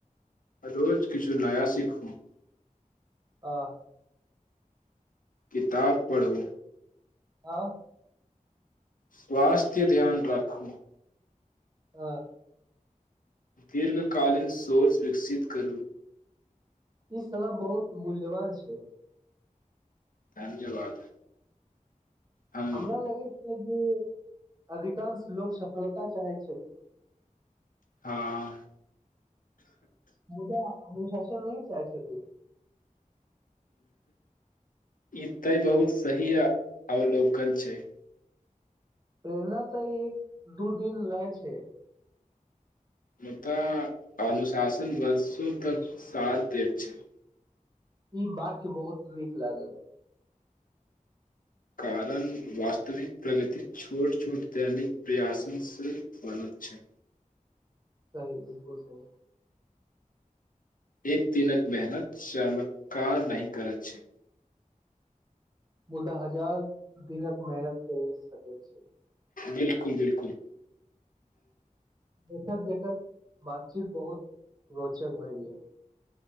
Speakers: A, on the left; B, on the right.
A: रोज किछु नया सीखू
B: ताह
A: किताब पढ़ू
B: अं
A: स्वास्थ्य ध्यान राखू
B: हँ
A: दीर्घकालीन सोच विकसित करू
B: ई सलाह बहुत मूल्यवान छै
A: धन्यवाद हम
B: हमरा लगय छै जे अधिकांश लोक सफलता चाहैत छथिन
A: हँ
B: मुदा अनुशासन नहि चाही छ की
A: ई तै बहुत सही अवलोकन छै
B: प्रेरणा तऽ ई दू दिन रहय छै
A: मुदा अनुशासन बरसो तक साथ दै छै
B: ई वाक्य बहुत नीक लागल
A: कारण वास्तविक प्रगति छोट छोट दैनिक प्रयासनसँ बनैत छै
B: सही बिलकुल सही
A: एक दिनक मेहनत चमत्कार नहि करैत छै
B: मुदा हजार दिनक मेहनत कर सकय छै
A: बिलकुल बिलकुल
B: देखैत देखैत बातचीत बहुत रोचक भए गेल